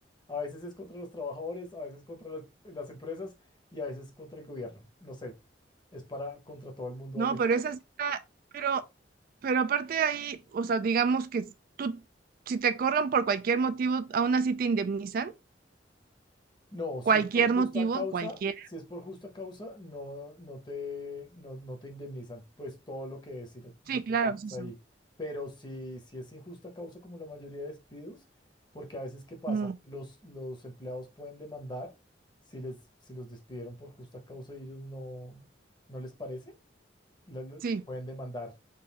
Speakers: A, on the left; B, on the right.
A: A veces es contra los trabajadores, a veces contra las, las empresas y a veces contra el gobierno. No sé, es para contra todo el mundo
B: No,
A: a veces.
B: pero esa sí está. Pero, pero aparte ahí, o sea, digamos que s- tú, si te corren por cualquier motivo, aún así te indemnizan.
A: No, si
B: Cualquier
A: es por justa
B: motivo,
A: causa,
B: cualquier.
A: si es por justa causa, no, no te, no, no te indemnizan, pues todo lo que es y lo, lo
B: Sí,
A: que
B: claro,
A: tienes
B: es eso.
A: ahí. Pero si, si es injusta causa, como la mayoría de despidos, porque a veces, ¿qué pasa?
B: Ujú,
A: Los, los empleados pueden demandar si les, si los despidieron por justa causa y ellos no, no les parece lo- lo-
B: Sí.
A: pueden demandar